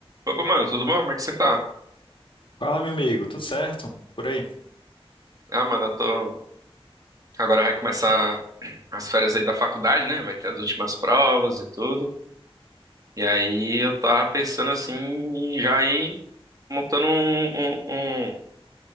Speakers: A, on the right; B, on the left.
A: Opa, mano, tudo bom? Como é que você tá?
B: Fala, meu amigo, tudo certo? Por aí?
A: Ah, mano, eu tô. Agora vai começar as férias aí da faculdade, né? Vai ter as últimas provas e tudo. E aí eu tava pensando assim, em já ir montando um, um- um-